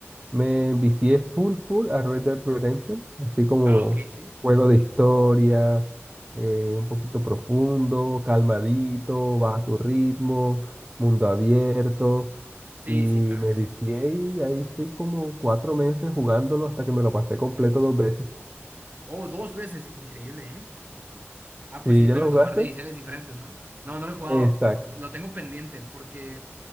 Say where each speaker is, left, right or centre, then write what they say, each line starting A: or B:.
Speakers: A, on the right; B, on the right.
A: Me
B: sí.
A: vicié full full a Red Dead Redemption, así como
B: Ah, ok, sí.
A: juego de historia, eh, un poquito profundo, calmadito, baja tu ritmo, mundo abierto.
B: Sí,
A: Y
B: sí, claro
A: me
B: que
A: vicié
B: sí.
A: y ahí fui como cuatro meses jugándolo hasta que me lo pasé completo dos veces.
B: Oh, dos veces, increíble, ¿eh? Ah, pues
A: ¿Sí
B: sí,
A: ya
B: pero
A: lo
B: tomar
A: jugaste?
B: decisiones diferentes, ¿no? No, no lo he jugado,
A: exacto
B: lo, lo tengo pendiente porque